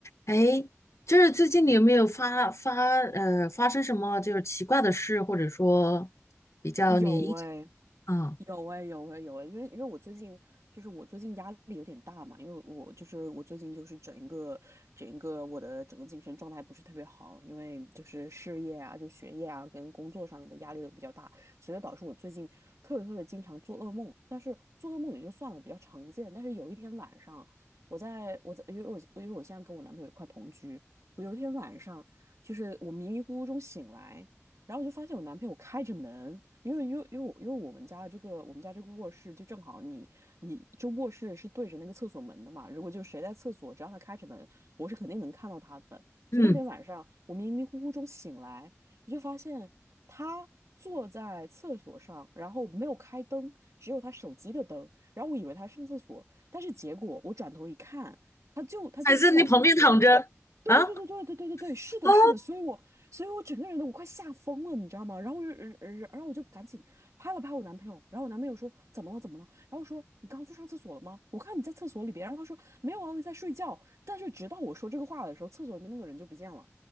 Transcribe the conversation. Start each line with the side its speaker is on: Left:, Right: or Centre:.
Left: 哎，就是最近你有没有发发呃发生什么就是奇怪的事，或者说比较你印象
Right: 有哎、
Left: 啊
Right: 有哎、有哎、有哎、因为因为我最近就是我最近压力有点大嘛，因为我就是我最近就是整一个整一个我的整个精神状态不是特别好，因为就是事业啊、就学业啊跟工作上面的压力都比较大，所以导致我最近特别特别经常做噩梦。但是做噩梦也就算了，比较常见。但是有一天晚上，我在我在因为我因为我现在跟我男朋友一块同居，我有一天晚上就是我迷迷糊糊中醒来。然后我就发现我男朋友开着门，因为因为因为我因为我们家的这个我们家这个卧室就正好你你这卧室是对着那个厕所门的嘛，如果就谁在厕所，只要他开着门，我是肯定能看到他的。所以那天晚上我迷迷糊糊中醒来，
Left: 嗯，
Right: 我就发现他坐在厕所上，然后没有开灯，只有他手机的灯，然后我以为他上厕所，但是结果我转头一看，他就他就睡在我旁边。
Left: 还是你旁边躺着啊？
Right: 对对对对对对对对对，是的，
Left: 哦，
Right: 是的，所以我所以我整个人都我快吓疯了，你知道吗？然后我就，然然然后我就赶紧拍了拍我男朋友，然后我男朋友说怎么了怎么了？然后我说你刚刚去上厕所了吗？我看你在厕所里边，然后他说没有啊，我在睡觉。但是直到我说这个话的时候，厕所里面那个人就不见了。